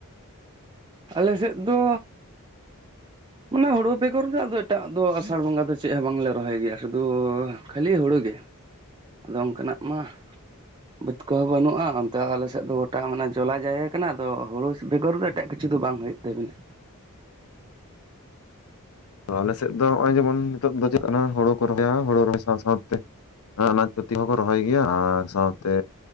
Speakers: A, on the right (about 20°); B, on the left (about 75°).
A: ᱟᱞᱮ ᱥᱮᱫ ᱫᱚ ᱩᱱᱟᱹ ᱦᱩᱲᱩ ᱵᱮᱜᱚᱨ ᱜᱮ ᱟᱫᱚ ᱮᱴᱟᱜ ᱫᱚ ᱟᱥᱟᱲ ᱵᱚᱸᱜᱟ ᱫᱚ ᱪᱮᱫ ᱦᱚᱸ ᱵᱟᱝᱞᱮ ᱨᱚᱦᱚᱭ ᱜᱮᱭᱟ ᱥᱩᱫᱷᱩ ᱠᱷᱟᱹᱞᱤ ᱦᱩᱲᱩ ᱜᱮ ᱟᱫᱚ ᱚᱱᱠᱟᱱᱟᱸᱜ ᱢᱟ ᱵᱟᱹᱛ ᱠᱚᱦᱚᱸ ᱵᱟᱹᱱᱩᱜᱼᱟ ᱚᱱᱛᱮ ᱟᱞᱮᱥᱮᱫ ᱫᱚ ᱜᱚᱴᱟ ᱢᱟᱱᱮ ᱡᱚᱞᱟ ᱡᱟᱭᱜᱟ ᱠᱟᱱᱟ ᱟ ᱦᱩᱲᱩ ᱵᱮᱜᱚᱨ ᱫᱚ ᱮᱴᱟᱜ ᱠᱤᱪᱷᱩ ᱫᱚ ᱵᱟᱝ ᱦᱩᱭᱩᱜ ᱛᱟᱵᱤᱱᱟ᱾
B: ᱛᱚ ᱟᱞᱮ ᱥᱮᱫ ᱫᱚ ᱱᱚᱜᱼᱚᱭ ᱡᱮᱢᱚᱱ ᱱᱤᱛᱚᱜ ᱫᱚ ᱪᱮᱫ ᱠᱟᱱᱟ ᱦᱩᱲᱩ ᱠᱚ ᱨᱚᱦᱚᱭᱟ ᱦᱩᱲᱩ ᱨᱚᱦᱚᱭ ᱥᱟᱶ ᱥᱟᱶᱛᱮ ᱦᱮᱸ ᱟᱱᱟᱡ ᱯᱟᱹᱛᱤ ᱦᱚᱸᱠᱚ ᱨᱚᱦᱚᱭ ᱜᱮᱭᱟ ᱟᱨ ᱥᱟᱶᱛᱮ